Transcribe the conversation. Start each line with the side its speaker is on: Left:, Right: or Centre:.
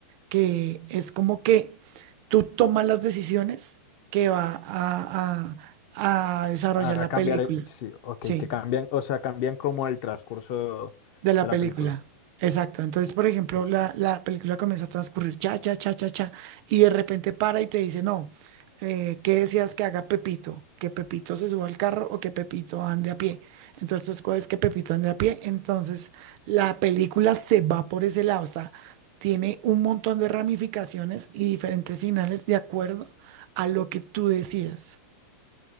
Right: que es como que tú tomas las decisiones que va a, a a desarrollar
Left: A
Right: la
Left: cambiar
Right: película.
Left: el, sí, ok,
Right: Sí.
Left: que cambian, o sea, cambian como el transcurso
Right: De la
Left: de la
Right: película.
Left: película.
Right: Exacto. Entonces,
Left: O-
Right: por ejemplo,
Left: o-
Right: la, la película comienza a transcurrir cha, cha, cha, cha, cha, y de repente para y te dice, no, eh, ¿qué decías que haga Pepito? ¿Que Pepito se suba al carro o que Pepito ande a pie? Entonces, pues coges que Pepito ande a pie. Entonces, la película se va por ese lado. O sea, tiene un montón de ramificaciones y diferentes finales de acuerdo a lo que tú decidas.